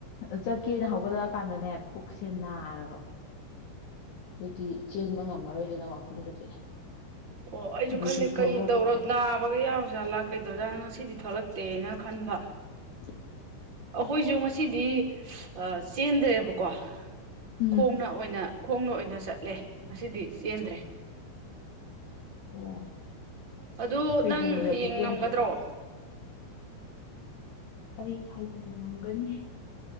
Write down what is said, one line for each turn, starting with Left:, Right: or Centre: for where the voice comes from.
Left: ꯑꯗ ꯆꯠꯀꯦꯅ ꯍꯧꯒꯠꯂꯛꯑꯀꯥꯟꯗꯅꯦ ꯄꯨꯛꯁꯦ ꯅꯥꯔꯕ ꯑꯗꯨꯗꯤ ꯆꯦꯟꯕ ꯉꯝꯃꯔꯣꯏꯗꯅ ꯋꯥꯛꯀꯤꯡꯗꯨꯗꯤ
Right: ꯑꯣ ꯑꯩꯁꯨ
Left: ꯑꯗꯨꯒꯤ
Right: ꯈꯜꯂꯤꯦ
Left: ꯊꯣꯛꯂꯛꯇ꯭ꯔꯦ
Right: ꯀꯩꯗꯧꯔꯣ ꯅꯥꯕꯒ ꯌꯥꯎꯔ ꯖꯥꯠꯂꯥ ꯀꯩꯗꯧꯖꯥꯠꯂꯣ ꯉꯁꯤꯗꯤ ꯊꯣꯛꯂꯛꯦ ꯇꯦꯅ ꯈꯟꯕ
Left: <unintelligible>
Right: ꯑꯩꯈꯣꯏꯁꯨ ꯉꯁꯤꯗꯤ ꯆꯦꯟꯗ꯭ꯔꯦꯕꯀꯣ
Left: ꯎꯝ
Right: ꯈꯣꯡꯅ ꯑꯣꯏꯅ ꯈꯣꯡꯅ ꯑꯣꯏꯅ ꯆꯠ ꯂꯩ ꯉꯁꯤꯗꯤ ꯆꯦꯟꯗ꯭ꯔꯦ
Left: ꯑꯣ
Right: ꯑꯗꯨ
Left: ꯀꯩꯗꯧꯔꯒꯦ
Right: ꯅꯪ ꯍꯌꯦꯡ
Left: ꯆꯦꯟꯗ꯭ꯔꯗꯤ
Right: ꯉꯝꯒꯗ꯭ꯔꯣ <unintelligible>
Left: ꯑꯩ ꯍꯥꯏꯖ ꯉꯝꯒꯅꯤ